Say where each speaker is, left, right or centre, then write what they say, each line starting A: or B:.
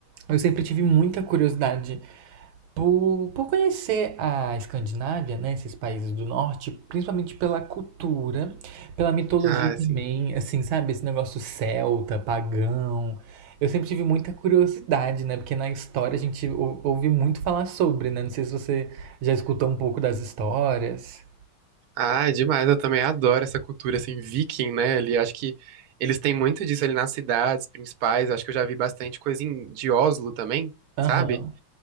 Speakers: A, on the right; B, on the right.
A: eu sempre tive muita curiosidade por, por conhecer a Escandinávia, né, esses países do norte, principalmente pela cultura, pela mitologia
B: Ah,
A: também,
B: sim.
A: assim, sabe, esse negócio celta, pagão. Eu sempre tive muita curiosidade, né, porque na história a gente ou- ouve muito falar sobre, né, não sei se você já escutou um pouco das histórias.
B: Ah, é demais, eu também adoro essa cultura, assim, viking, né? Ali, acho que eles têm muito disso ali nas cidades principais, acho que eu já vi bastante coisa em, de Oslo também,
A: Aham.
B: sabe?